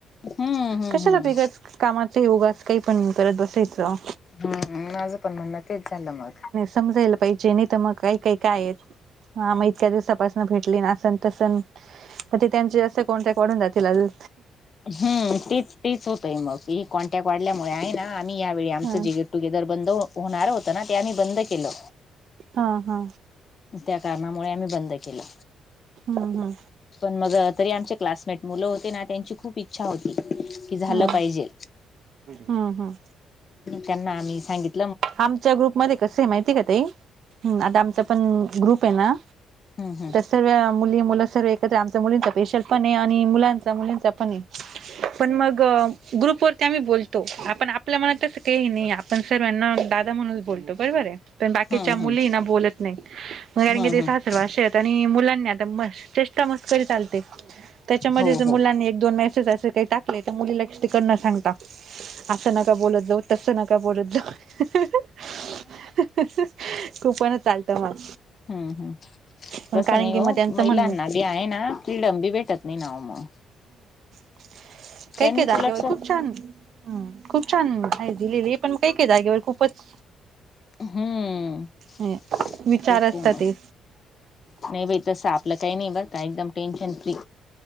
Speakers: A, on the left (about 45°); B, on the right (about 65°).
A: हम्म हम्म हम्म
B: कशाला बेगत. कामाचा युगात काय पण करत बसायचं.
A: हम माझं पण म्हणणं तेच झालं मग.
B: समजेल मग <unintelligible> मते काय काय आहेत. हा, आम्ही इतक्या दिवसापासून भेटली असं नाही तसं. मग ते त्यांचे असं कॉन्ट्रॅक्ट वाढून जातील अजुन.
A: ह तेच तेच होतय मग ही कॉन्टॅक्ट वाढल्यामुळे आहे ना आम्ही यावेेळी आमचं.
B: हा
A: टुगेदर बंद होणार होत ना ते आम्ही बंद केलं.
B: हा हा...
A: त्या कारणामुळे आम्ही बंद केलं.
B: हम् हम्
A: पण मग तरी आमचे क्लासमेट मुलं होते ना त्यांची खूप, इच्छा होती की झालं
B: हम्म
A: पाहिजे.
B: हम्म हम्म
A: त्यांना आम्ही सांगित.
B: आमच्या ग्रुपमध्ये कस आहे माहिती आहे का ताई आता आमचा पण ग्रुप आहे ना,
A: हम् हम्...
B: सगळे मुली मुलं सर्व एकत्र आमच्या मुलींचा पेशल पण आहे आणि मुलांचा मुलींचा पण आहे. पण मग ग्रुप वरती, ते आम्ही बोलतो. आपण आपल्या मनात तसं काही नाही, आपण सर्वांना दादा म्हणूनच बोलतो बरोबर आहे. पण बाकीच्या
A: हम्म
B: मुलीनां
A: हम्म हम्म
B: बोलत नाही मगं कारण
A: हम्म
B: की ते
A: हम्म
B: सासर वासी असे. आणि मुलांनी आता. चेष्टा मस्करी चालते. त्याच्यामध्ये
A: हो
B: तर्
A: हो
B: मुलांनी एक दोन मेसेज असे काही टाक. तर मुलीला तिकड नं सांगता असं नका बोलत जाऊ तसं नका बोलत जाऊ.. हं-हं <inaudible> हं- हं खूपण चालतं मग.
A: हम्मं- हम्
B: पण
A: तसं
B: कारण
A: नाही
B: की
A: हो
B: मग त्यांचं
A: महिलांना
B: म्हणणं
A: बी आहे नां फ्रीडम बी भेटत नाही नावं मग.
B: <inaudible> कायं-
A: त्यांनीच
B: कायं जागे
A: उलट
B: वर खूप छान. ! हमं खूप छान! आहे दिलेली पण काही काय? जागेवर खूपच.
A: हम्मं
B: विचार
A: <unintelligible> तेच
B: असतात
A: नां.
B: ते
A: नाही बाई तसं, आपलं काही नाही बरं कां? एकदम टेन्शन फ्री.